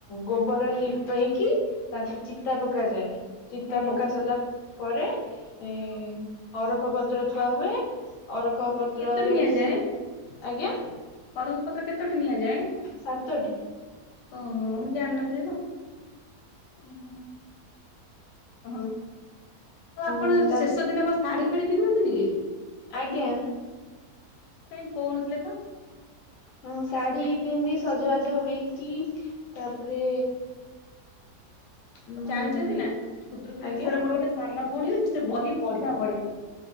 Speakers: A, on the left; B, on the left.
A: ଗୋବରରେ ଲିପେଇକି ତାପରେ ଚିତା ପକାଯାଏ ଚିତା
B: ଆଜ୍ଞା।
A: ପକା ସାରିଲା ପରେ ଏ ଅରଖ ପତ୍ର ଥୁଆ ହୁଏ ଅରଖ ଙ୍କ ପତ୍ରରେ
B: କେତୋଟି ନିଆଯାଏ?
A: ସିଏ ଆଜ୍ଞା?
B: ଅରଖ ପତ୍ର କେତୋଟି ନିଆଯାଏ?
A: ସାତଟି
B: ଓହୋ ମୁଁ ଜାଣିିନଥିଲି ତ।
A: ଓ ହୋ।
B: ଓହୋ ଆଉ
A: ଉଁ
B: ଆପଣ
A: ତା
B: ଶେଷ ଦିନ କ ଶାଢୀ ଫାଢୀ ପିନ୍ଧନ୍ତିନି କି?
A: ଆଜ୍ଞା।
B: କାଇଁ କୋହୁନଥିଲେ ତ?
A: ହଁ ଶାଢୀ ପିନ୍ଧି ସଜବାଜ ହେଇକି ତାପରେ ଉଁ
B: ଆଉ ଜାଣିଚନ୍ତି ନା ଖୁଦୁରୁକୁଣୀ
A: ଆଜ୍ଞା
B: ଓଷାରେ ମୋର ଗୋଟେ ସାନ ପୁଣି ହୋଇଚି ସେ ବହି ବଢିଆ ପଢେ।